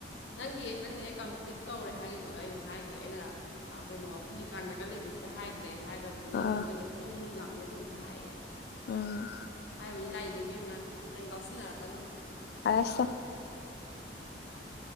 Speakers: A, on the left (about 85°); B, on the left (about 60°).
A: ꯅꯪꯒꯤ ꯅꯪꯅꯍꯦꯛ ꯀꯝꯄ꯭ꯂꯤꯠ ꯇꯧꯔꯦ ꯍꯥꯏꯈꯤꯕꯒ ꯑꯩꯅ ꯍꯥꯏꯈ꯭ꯔꯦ ꯑꯩꯅ ꯀꯩꯅꯣ ꯑꯩꯈꯣꯏꯒꯤ ꯀꯥꯟ ꯀ ꯂꯩꯕꯁꯤꯗ ꯍꯥꯏꯈ꯭ꯔꯦ ꯍꯥꯏꯈ꯭ꯔꯗꯨꯗ
B: ꯑꯣ
A: ꯑꯃꯨꯛ ꯑ ꯁꯨꯝꯨꯛ ꯅꯨꯡꯗꯥꯡꯗꯨꯗ ꯆꯨ ꯀꯥꯕ
B: ꯎꯝ
A: ꯍꯥꯏꯅꯤ ꯂꯥꯛꯏꯗꯣꯏꯕꯤꯦꯝꯃ ꯅꯪ ꯀꯥꯎꯁꯤꯟꯅꯔꯛꯀꯅꯣ
B: ꯑꯁ